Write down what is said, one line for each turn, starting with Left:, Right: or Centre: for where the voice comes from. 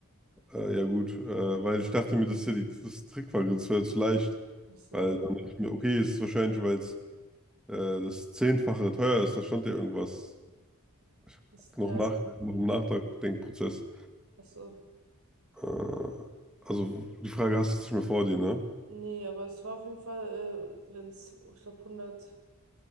Centre: äh, ja gut, äh, weil ich dachte mir, das ist ja die, das Trickfrage, das wäre jetzt leicht,
Right: Ach so,
Centre: weil dann dachte ich mir, okay, es ist wahrscheinlich, weil es äh, das Zehnfache teuer ist, da stand ja irgendwas. Ich habe
Right: ist, ja,
Centre: noch nach,
Right: ich,
Centre: noch im Nachdenkprozess.
Right: ach so.
Centre: Äh, also die Frage hast du jetzt nicht mehr vor dir, ne?
Right: Nee, aber es war auf jeden Fall, äh, wenn es, ich glaube, hundert